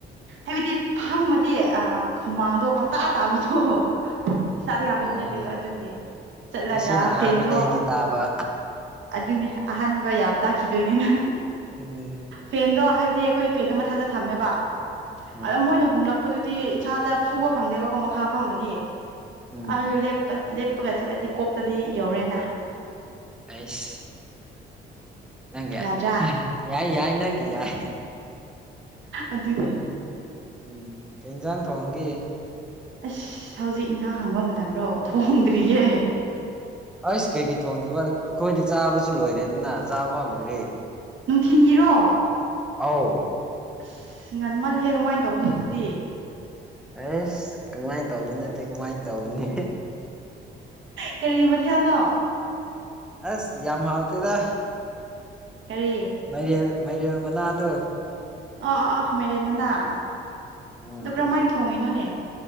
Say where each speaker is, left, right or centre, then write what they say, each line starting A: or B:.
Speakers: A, on the right (about 70°); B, in the centre.
A: ꯍꯥꯏꯕꯗꯤ ꯐꯝꯃꯗꯤ ꯑꯥ ꯍꯨꯃꯥꯡꯗꯣ ꯄꯪꯇꯥ
B: ꯑꯥ
A: ꯇꯥꯕꯗꯣ ꯏꯁꯥꯗ ꯌꯥꯝ
B: ꯑꯣ
A: ꯍꯩꯅꯗꯦꯕ ꯑꯗꯨꯒꯤ ꯆꯠꯂꯒ
B: ꯉꯁꯤꯅ ꯑꯍꯥꯟꯕꯅꯦ
A: ꯐꯦꯟꯗꯣ
B: ꯑꯩꯗꯤ ꯇꯥꯕ
A: ꯑꯗꯨꯅꯦ ꯑꯍꯥꯟꯕ ꯌꯥꯝ ꯇꯥꯛꯈꯤꯗꯣꯏꯅꯦꯅꯥ
B: ꯎꯝ
A: ꯐꯦꯟꯗꯣ ꯍꯥꯏꯕꯗꯤ ꯑꯩꯈꯣꯏ ꯐꯦꯟꯗꯣ ꯃꯊꯛꯇ ꯊꯝꯃꯦꯕ
B: ꯎꯝ
A: ꯑꯗ ꯃꯣꯏꯅ ꯍꯨꯝꯂꯛ ꯄꯗꯨꯗꯤ ꯏꯁꯥꯗ ꯐꯨꯕ ꯐꯪꯗꯦꯕꯀꯣ ꯃꯈꯥ ꯐꯝꯃꯗꯤ
B: ꯎꯝ
A: ꯑꯗꯨ ꯂꯦꯞꯄ ꯂꯦꯞꯄꯒ ꯆꯠꯂꯗꯤ ꯀꯣꯛꯇꯗꯤ ꯌꯧꯔꯦꯅꯥ
B: ꯑꯩꯁ ꯅꯪꯒꯤ ꯑ
A: ꯌꯥꯗ꯭ꯔꯥ
B: ꯌꯥꯏ ꯌꯥꯏ ꯅꯪꯒꯤ ꯌꯥꯏ
A: ꯑꯗꯨꯅꯦ
B: ꯎꯝ ꯀꯩꯟꯖꯥꯡ ꯊꯣꯡꯒꯦ
A: ꯑꯁ ꯍꯧꯖꯤꯛ ꯏꯟꯁꯥꯡ ꯍꯪꯕ ꯃꯇꯝꯔꯣ ꯊꯣꯡꯗ꯭ꯔꯤꯌꯦ
B: ꯑꯁ ꯀꯩꯒꯤ ꯊꯣꯡꯗꯕ ꯑ ꯑꯩꯈꯣꯏꯗꯤ ꯆꯥꯕꯁꯨ ꯂꯣꯏꯔꯦꯗꯅ ꯆꯥꯕ ꯐꯥꯎ ꯂꯣꯏꯔꯦ
A: ꯅꯨꯡꯊꯤꯟꯒꯤꯔꯣ
B: ꯑꯥꯎ
A: ꯑꯁ ꯉꯟꯃꯜꯂꯤꯍꯦ ꯀꯃꯥꯏ ꯇꯧꯕꯅꯣ ꯑꯗꯨꯗꯤ
B: ꯑꯦꯁ ꯀꯃꯥꯏꯟ ꯇꯧꯕ ꯅꯠꯇꯦ ꯀꯃꯥꯏꯟ ꯇꯧꯕꯅꯤ
A: ꯀꯔꯤ ꯃꯊꯦꯜꯅꯣ
B: ꯑꯁ ꯌꯥꯝ ꯍꯥꯎꯇꯦꯗ
A: ꯀꯔꯤ
B: ꯃꯥꯏꯔꯦꯜ ꯃꯥꯏꯔꯦꯜ ꯃꯅꯥꯗꯣ
A: ꯑ‌ꯣ ꯑꯥ ꯑꯥ ꯃꯥꯏꯔꯦꯟ ꯃꯅꯥ ꯑꯗꯨ
B: ꯎꯝ
A: ꯀꯔꯝꯃꯥꯏꯅ ꯊꯣꯡꯉꯤꯅꯣꯅꯦ